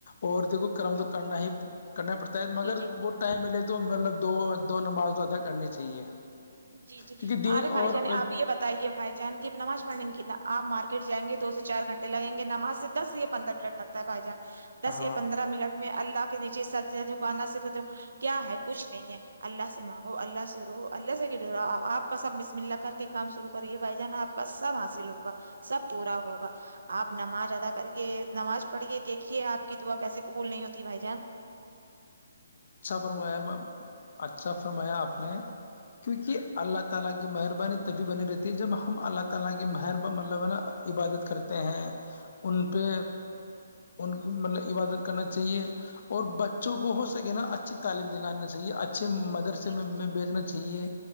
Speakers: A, on the left; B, on the right.
A: اور دیکھو
B: جان
A: کرم
B: جی
A: تو
B: جی
A: کرنا ہی کرنا پڑتا ہے مگر
B: جی جی
A: وہ ت ملے تو مطلب دو دو نماز ادا کرنی چاہیے
B: جی جی
A: کیونکہ دین
B: ارے بھائی
A: اور
B: جان آپ یہ ب ے بھائی جان کی نماز پڑنے میں کتنا آپ مارکیٹائیں گے دو سے چار گھنے لگیں گے ناز سے دس سےیا پندرہ منٹ لگ بھائی جان دس
A: ہاں
B: یا پندرہ منٹ میں اللہ کے نیچے سز دکانا سے کیا ہے کچھ نہیں ہے اللہ سے مانگو اللہ سے رو اللہ سے گر رہا آپ کا سب مس ملا کر کے کام شرو کریے بھائی جان آپ کا سب حاصل ہوگا سب پورا ہوگا آپ نماز ادا کریے نماز پڑھیے دیکھیے آپ کی دعا کیسے قبول نہیں ہوتی بھائی جان
A: اچھا فرمایا اچھا فرمایا آپ نے کیونکہ اللہ تعالی کی مہربانی طبی بنے رہتی ہے جب ہم اللہ تعالی کی مہر مطلب ہے نا عبادت کرتے ہیں ان پہ ان کو مطلب عبادت کرنا چاہیے اور بچوں کو ہو نا اچھی تعم دلے چاہیے اچھا اچھے مدرسے
B: جی
A: میں
B: جی جی
A: بیچنا چاہیے